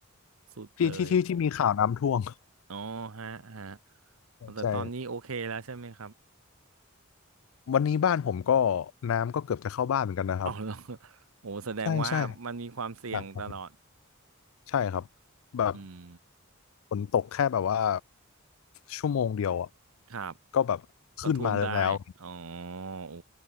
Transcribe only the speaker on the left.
ที่ที่ที่ที่มีข่าวน้ำท่วม
ใช่วันนี้บ้านผมก็น้ำก็เกือบจะเข้าบ้านเหมือนกันนะครับ
ใช่ใช่หนักครับใช่ครับแบบ
ฝนตกแค่แบบว่าชั่วโมงเดียวอ่ะ
ก็แบบขึ้นมาแล้ว